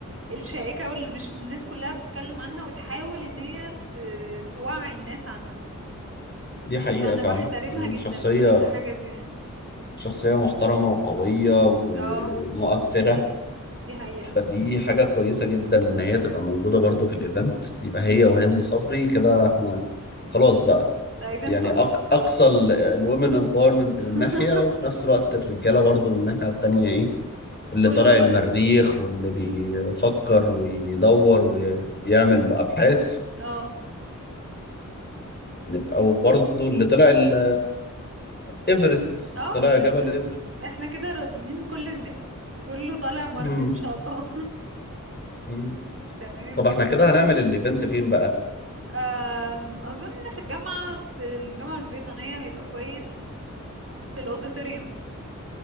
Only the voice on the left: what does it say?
دي حقيقة
فعلا
يعني
شخصية
شخصية محترمة وقوية ومؤثرة
فدي حاجة كويسة جدا إن هي تبقى موجودة برضه في الإيفنت يبقى
هي وهند صبري كده إحنا خلاص بقى
يعني
أق... اقصى الومن امباورمنت
من ناحيه وفي نفس الوقت الرجاله برضو من الناحيه التانيه ايه اللي
طالع
المريخ واللي بيفكر ويدور ويعمل ابحاث
نبقى وبرضو اللي طلع ال- ايفرست
طلع
جبل
ايفر
مم.
مم.
طب احنا كده هنعمل الايفنت فين بقى